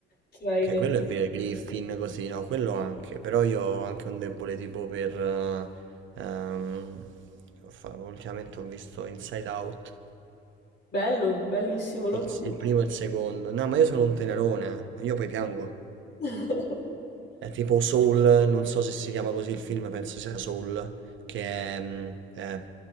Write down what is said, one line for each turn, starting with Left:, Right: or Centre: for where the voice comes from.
Left: Trailer.
Right: Ok, quello è vero, Griffin così, no, quello anche, però io ho anche un debole tipo per... eh, ehm, ho fa- ultimamente ho visto Inside Out,
Left: Bello, bellissimo, l'ho
Right: il,
Left: visto.
Right: il primo e il secondo. No, ma io sono un tenerone, io poi piango.
Left: <laughs>
Right: È tipo Soul, non so se si chiama così il film, penso sia Soul, che è... mh, eh,